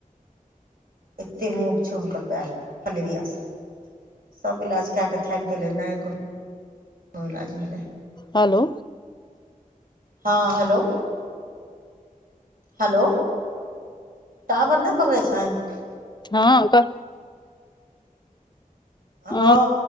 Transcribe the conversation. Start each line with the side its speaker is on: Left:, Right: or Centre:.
Right: एते मुट छै हुनकर पैर फलेरिया स सभ इलाज कए कऽ थाकि गेलै नहि कोनो कोनो इलाज भेलै
Left: हेलो
Right: हँ हेलो हेलो टावर नहि पकड़ै छनि
Left: हँ क ह
Right: हँ